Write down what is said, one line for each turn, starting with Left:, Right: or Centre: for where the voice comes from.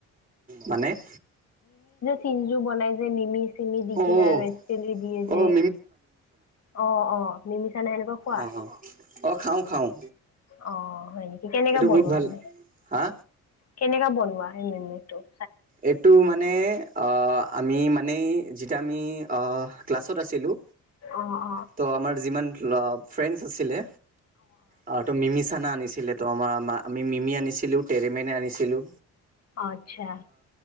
Right: মানে-
Left: চিমজু বনাই যে মিমি। চেনি দি
Right: অ',
Left: কিনাই ৰেড চিলি দিয়ে যে
Right: অ',
Left: অ অ। নিমিচানে সেনেকুৱা খোৱা
Right: অ অ অ খাওঁ খাওঁ।
Left: অ হয় নেকি? কেনেকাে
Right: এইটো
Left: বনোৱা
Right: বহুত ভাল।
Left: তুমি
Right: হা
Left: কেনেকা বনোৱা সেই মেমিটো-
Right: এইটো মানে আহ আমি মানে যিটিয়া আমি আহ। ক্লাছত আছিলোঁ
Left: অ অ
Right: ত' আমাৰ যিমান ফ্ৰেণ্ডছ আছিলে অ ত মিমি- খানা আনিছিলে তো আমাৰ আমি মিমি আনিছিলো তেটৰেমেনে আনিছিলো।
Left: আচ্ছা।